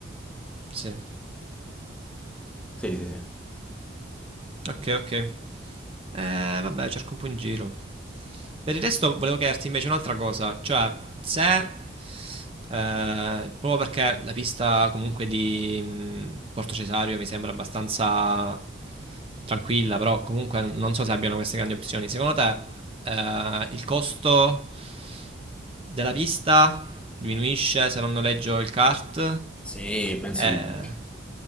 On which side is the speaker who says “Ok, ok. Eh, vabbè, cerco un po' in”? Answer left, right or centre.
Right